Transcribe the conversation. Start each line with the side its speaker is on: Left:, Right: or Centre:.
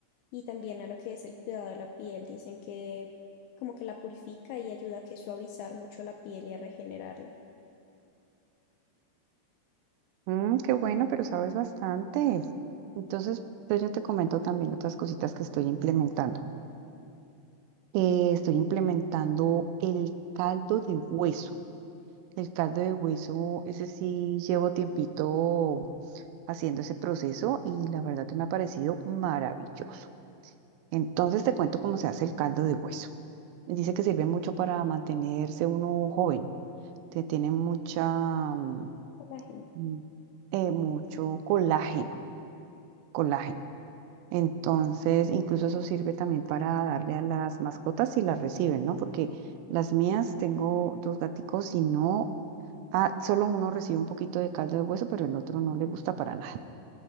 Left: y también a lo que es el cuidado de la piel. Dicen que como que la purifica y ayuda a que suavizar mucho la piel y a regenerarla.
Right: Mm, qué bueno, pero sabes bastante. Entonces, pues yo te comento también otras cositas que estoy implementando. Eh, estoy implementando el caldo de hueso. El caldo de hueso, ese sí llevo tiempito haciendo ese proceso y la verdad que me ha parecido maravilloso. Entonces te cuento cómo se hace el caldo de hueso. Dice que sirve mucho para mantenerse uno joven te tiene mucha, mm,
Left: La gente.
Right: mm, eh, mucho colágeno, colágeno. Entonces, incluso eso sirve también para darle a las mascotas si las reciben, ¿no? Porque las mías tengo dos gaticos y no, ah, solo uno recibe un poquito de caldo de hueso, pero el otro no le gusta para nada.